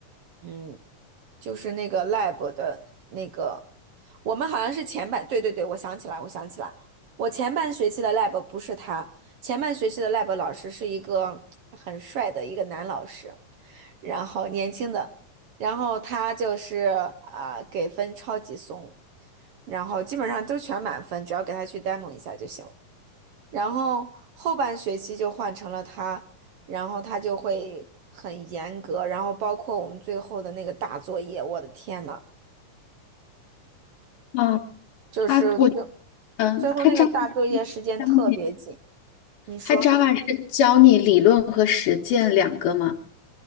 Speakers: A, on the right; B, on the left.
A: 嗯，就是那个 lab 的那个，我们好像是前半，对对对，我想起来，我想起来，我前半学期的 lab 不是他，前半学期的 lab 老师是一个很帅的一个男老师，然后年轻的，然后他就是啊、给分超级松，然后基本上都全满分，只要给他去 demo 一下就行。然后后半学期就换成了他，然后他就会很严格，然后包括我们最后的那个大作业，我的天呐，
B: 啊，
A: 就是最
B: 他我嗯，
A: 最后那个大作业时间特别紧。
B: 他 Java 教你，
A: 你说，
B: 他 Java 是教你理论和实践两个吗？